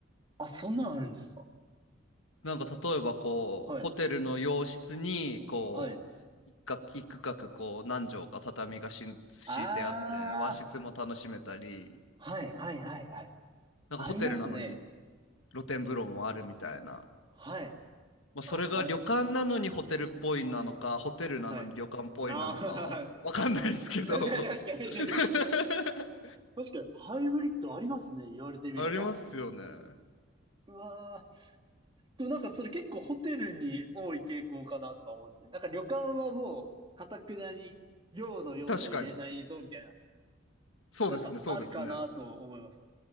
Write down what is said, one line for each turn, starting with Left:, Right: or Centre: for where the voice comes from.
Right: あ、そんなんあるんですか
Left: なんか例えばこう、
Right: はい。
Left: ホテルの洋室にこう、
Right: はい。
Left: 一角一区画こう何畳か畳がしん敷いてあって和室も楽しめたり
Right: ああ、はいはいはいはい。
Left: なんかホテルなのに
Right: ありますね。
Left: 露天風呂もあるみたいな。
Right: はい。
Left: まあ、それが旅館なのにホテルっぽいなのか、
Right: あ、あ、
Left: ホテルなのに旅館っぽいなのかはわかんないですけど。
Right: はい。ああ、<laughs> 確かに確かに。
Left: <laughs>
Right: <laughs> 確かに、ハイブリッドありますね。言われてみれば。
Left: ありますよね。
Right: うわー。でもなんかそれ結構ホテルに多い傾向かなとか思って。なんか旅館はもう、かたくなに、量の要素入れないぞみたいな。
Left: 確かに。そうですね、
Right: なんかあるかなと思います。
Left: そうですね。